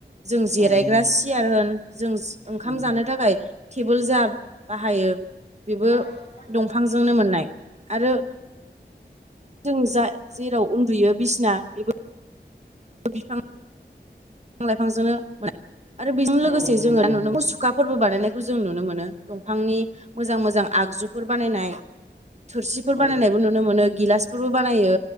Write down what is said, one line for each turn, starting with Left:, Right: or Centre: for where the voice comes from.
Right: जों जिरायग्रा
Left: औ नंगौ
Right: सियार होन जों ओंखाम
Left: उम
Right: जानो थाखाय टेबोल जा बाहायो बेबो
Left: जाबाय
Right: दंफांजोंनो मोननाय आरो जों जा जेराव उन्दुयो बिसिना बेबो बिफां बिफां लाइफांजोंनो आरो बेजों
Left: औ
Right: लोगोसे
Left: नंगौ
Right: जोङो
Left: नोंथां
Right: नुनो मुसुखा फोरबो बानायनायखौ जों नुनो मोनो दंफांनि मोजां मोजां आगजुफोर बानायनाय थोरसिफोर
Left: औ
Right: बानायनायबो नुनो मोनो गिलासफोरबो बानायो